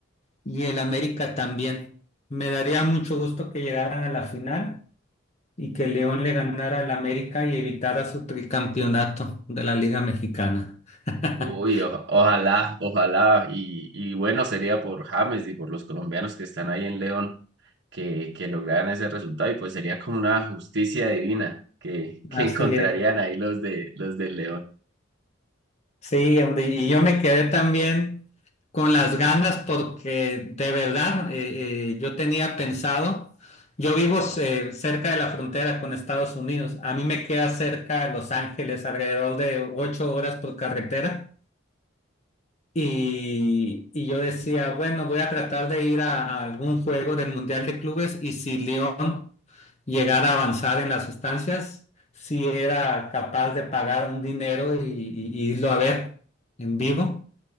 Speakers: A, on the left; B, on the right.
A: y el América también. Me daría mucho gusto que llegaran a la final y que el León le ganara al América y evitara su tricampeonato de la Liga Mexicana. <laughs>
B: Uy, o- ojalá, ojalá. Y, y bueno, sería por James y por los colombianos que están ahí en León. que, que lograran ese resultado y pues sería como una justicia divina que, que
A: Así
B: encontrarían
A: es.
B: ahí los de los del León.
A: Sí, hombre, y yo me quedé también con las ganas porque de verdad eh, eh, yo tenía pensado, yo vivo eh, cerca de la frontera con Estados Unidos, a mí me queda cerca de Los Ángeles, alrededor de ocho horas por carretera, y, y yo decía, bueno, voy a tratar de ir a, a algún juego del Mundial de Clubes y si León llegara a avanzar en las estancias, si era capaz de pagar un dinero y y- y irlo a ver en vivo